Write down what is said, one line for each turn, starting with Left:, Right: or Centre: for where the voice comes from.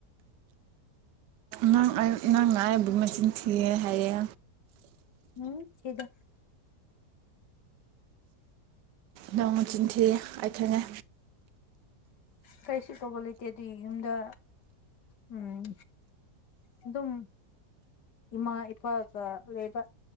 Right: ꯅꯪ ꯑꯩ ꯅꯪ ꯑꯩꯕꯨ ꯃꯆꯤꯟ ꯊꯤꯌꯦ ꯍꯥꯏꯌꯦ꯫
Left: ꯎꯝ ꯊꯤꯗꯦ
Right: ꯅꯣꯡꯅ ꯆꯤꯟ ꯊꯤ ꯀꯥꯏꯊꯪꯉꯦ
Left: ꯀꯩꯁꯨ ꯇꯧꯕ ꯂꯩꯇꯦ ꯗꯤ ꯌꯨꯝꯗ ꯎꯝ ꯑꯗꯨꯝ ꯏꯃꯥ ꯏꯄꯥꯒ ꯂꯩꯕ